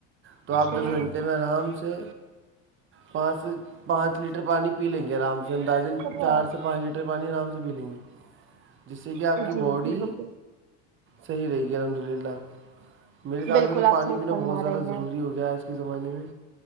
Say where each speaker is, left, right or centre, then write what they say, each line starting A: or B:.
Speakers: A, on the right (about 35°); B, on the right (about 85°).
A: تو آپ
B: جی
A: دس گھنٹے میں آرام سے پانچ سے پانچ لیٹر پانی پی لیں گے آرام سے اندازن
B: جی
A: چار سے پانچ لیٹر پانی آرام سے پی لیں گے جس سے کہ آپ
B: جی
A: کی باڈی
B: جی بالکل
A: صحیح رہے گی الحمد للہ میرے حساب
B: بالکل
A: سے تو
B: آپ
A: پانی
B: صحیح
A: پینا
B: فرما
A: بہت زیادہ
B: رہے
A: ضروری
B: ہیں
A: ہو گیا ہے آج کے زمانے میں